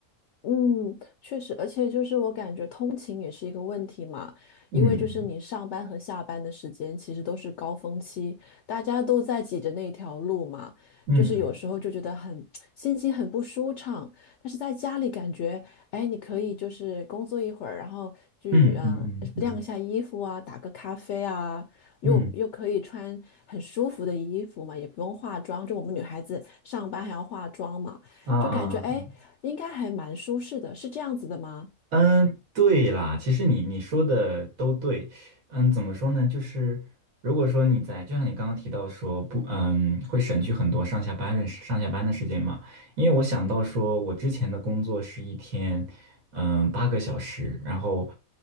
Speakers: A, on the left; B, on the right.
A: 嗯，确实，而且就是我感觉通勤也是一个问题嘛，因为就是你上班和下班的时间其实都是高峰期，
B: 嗯
A: 大家都在挤着那条路嘛，
B: 嗯
A: 就是有时候就觉得很 <tsk> 心情很不舒畅，但是在家里感觉，哎，你可以就是工作一会儿，然后去啊、
B: 嗯嗯嗯嗯嗯
A: 呃晾一下衣服啊，打个咖啡啊，又又可以穿很舒服的衣服嘛，
B: 嗯
A: 也不用化妆，就我们女孩子上班还要化妆嘛。
B: 啊啊。
A: 就感觉哎，诶应该还蛮舒适的，是这样子的吗？
B: 嗯，对啦，其实你你说的都对。嗯，怎么说呢？就是如果说你在，就像你刚刚提到说不，嗯，会省去很多上下班的时上下班的时间嘛。因为我想到说，我之前的工作是一天，嗯，八个小时，然后